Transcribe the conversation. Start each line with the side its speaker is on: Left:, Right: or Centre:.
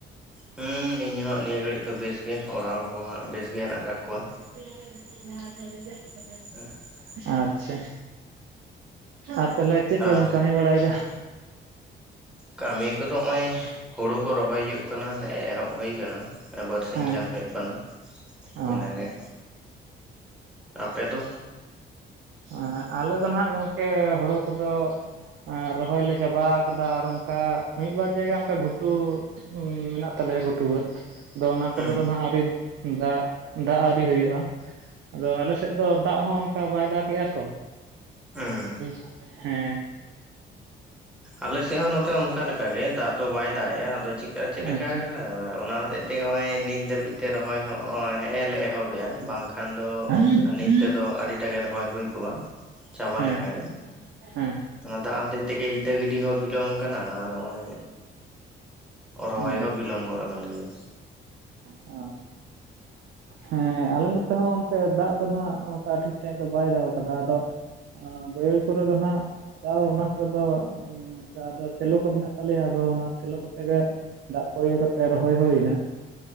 Centre: ᱦᱩᱸ ᱤᱧ ᱦᱚᱸ ᱱᱤᱭᱟᱹ ᱜᱷᱟᱹᱲᱤᱡ ᱫᱚ ᱵᱮᱥ ᱜᱮ᱾ ᱚᱲᱟᱜ ᱦᱚᱲ ᱠᱚᱦᱟᱸᱜ ᱵᱮᱥ ᱜᱮ ᱦᱮᱱᱟᱜ ᱟᱠᱟᱫ ᱠᱚᱣᱟ᱾
Right: <unintelligible>
Centre: ᱦᱮᱸ᱾
Right: ᱟᱪᱪᱷᱟ, ᱟᱨ ᱛᱟᱦᱚᱞᱮ ᱪᱮᱫ
Centre: ᱟᱨ
Right: ᱠᱚᱵᱮᱱ ᱠᱟᱹᱢᱤ ᱵᱟᱲᱟᱭᱮᱫᱟ?
Centre: ᱠᱟᱹᱢᱤ ᱠᱚᱫᱚ ᱦᱚᱜ-ᱚᱭ ᱦᱳᱲᱳ ᱠᱚ ᱨᱚᱦᱚᱭ ᱦᱩᱭᱩᱜ ᱠᱟᱱᱟ ᱦᱮᱜ-ᱮ ᱮᱦᱚᱵ ᱦᱩᱭ ᱟᱠᱟᱱᱟ᱾ ᱵᱟᱨᱥᱤᱧ
Right: ᱦᱮᱸ
Centre: ᱜᱟᱱ ᱦᱩᱭᱩᱜ ᱠᱟᱱᱟ
Right: ᱚ
Centre: ᱤᱱᱟᱹᱜᱮ ᱟᱯᱮ ᱫᱚ?
Right: ᱮᱸᱻ ᱟᱞᱮ ᱫᱚ ᱱᱟᱦᱟᱸᱜ ᱜᱚᱢᱠᱮ ᱦᱳᱲᱳ ᱠᱚᱫᱚ ᱮᱸ ᱨᱚᱦᱚᱭ ᱞᱮ ᱪᱟᱵᱟᱣ ᱠᱟᱫᱟ, ᱟᱨ ᱚᱱᱠᱟ ᱢᱤᱫ ᱵᱟᱨ ᱡᱟᱭᱜᱟ ᱚᱱᱠᱟ ᱜᱷᱩᱴᱩ ᱩᱸᱻ ᱢᱮᱱᱟᱜ ᱛᱟᱞᱮᱭᱟ ᱜᱷᱩᱴᱩ ᱵᱟᱛᱹ᱾ ᱟᱫᱚ ᱚᱱᱟ ᱠᱚᱨᱮ
Centre: ᱦᱩᱸ
Right: ᱫᱚ ᱱᱟᱦᱟᱸᱜ ᱟᱹᱣᱨᱤ ᱫᱟᱜ ᱫᱟᱜ ᱟᱹᱣᱨᱤ ᱦᱩᱭᱩᱜ-ᱟ᱾ ᱟᱫᱚ ᱟᱞᱮᱥᱮᱫ ᱫᱚ ᱫᱟᱜ ᱦᱚᱸ ᱚᱱᱠᱟ ᱵᱟᱭ ᱫᱟᱜ ᱠᱮᱭᱟ ᱛᱚ
Centre: ᱦᱩᱸ
Right: <unintelligible> ᱦᱮᱸ᱾
Centre: ᱟᱞᱮᱥᱮᱜ ᱦᱚᱸ ᱱᱚᱛᱮ ᱚᱱᱠᱟ ᱞᱮᱠᱟᱜᱮ, ᱫᱟᱜ ᱫᱚ ᱵᱟᱭ ᱫᱟᱜ ᱮᱜ-ᱟ᱾ ᱟᱫᱚ ᱪᱮᱠᱟ ᱪᱮᱞᱠᱟ
Right: ᱟᱪᱪᱷᱟ
Centre: ᱟᱠᱟᱜ-ᱟᱭ ᱚᱱᱟ ᱦᱚᱛᱮᱡ ᱛᱮ ᱦᱚᱜ-ᱚᱭ ᱱᱤᱛ ᱫᱷᱟᱹᱵᱤᱡ ᱛᱮ ᱨᱚᱦᱚᱭ ᱦᱚᱜ-ᱚᱭ ᱦᱮᱸᱜ- ᱮ ᱞᱮ ᱮᱦᱚᱵᱮᱜ-ᱟ᱾ ᱵᱟᱝ ᱠᱷᱟᱱ ᱫᱚ
Right: ᱟᱪᱪᱷᱟ ᱟᱪᱪᱷᱟ
Centre: ᱱᱤᱛ ᱛᱮᱫᱚ ᱟᱹᱰᱤ ᱴᱟᱜᱮ ᱨᱚᱦᱚᱭ ᱦᱩᱭ ᱠᱚᱜ-ᱟ, ᱪᱟᱵᱟ
Right: ᱦᱮᱸ
Centre: ᱞᱮᱠᱟᱜᱮ᱾
Right: ᱦᱮᱸ
Centre: ᱚᱱᱟ ᱫᱟᱜ ᱦᱚᱛᱮᱡ ᱛᱮᱜᱮ ᱤᱛᱟᱹ ᱜᱤᱰᱤ ᱦᱚᱸ ᱵᱤᱞᱚᱢ ᱟᱠᱟᱱᱟ᱾ ᱟᱨ ᱱᱚᱜᱚᱭ ᱨᱚᱦᱚᱭ
Right: ᱦᱮᱸ
Centre: ᱦᱚᱸ ᱵᱤᱞᱚᱢ ᱜᱚᱫ ᱟᱠᱟᱱ ᱜᱮᱭᱟ᱾
Right: ᱚ ᱦᱮᱸ ᱟᱞᱮ ᱱᱚᱛᱮ ᱦᱚᱸ ᱜᱚᱝᱠᱮ ᱫᱟᱜ ᱫᱚ ᱱᱟᱜ ᱚᱱᱠᱟ ᱴᱷᱤᱠ ᱥᱟᱺᱦᱤᱡ ᱫᱚ ᱵᱟᱭ ᱫᱟᱜ ᱠᱟᱫᱟ ᱟᱫᱚ ᱟ ᱵᱟᱹᱭᱦᱟᱹᱲ ᱠᱚᱨᱮ ᱫᱚ ᱱᱟᱜ ᱛᱟᱣ ᱚᱱᱟ ᱠᱚᱨᱮ ᱫᱚ ᱚᱱᱠᱟ ᱟᱫᱚ ᱥᱮᱞᱚ ᱠᱚ ᱢᱮᱱᱟᱜ ᱛᱟᱞᱮᱭᱟ ᱟᱫᱚ ᱚᱱᱟ ᱥᱮᱞᱚ ᱠᱚᱛᱮ ᱜᱮ ᱫᱟᱜ ᱠᱚ ᱤᱭᱟᱹ ᱠᱟᱛᱮ ᱨᱚᱦᱚᱭ ᱦᱳᱭᱱᱟ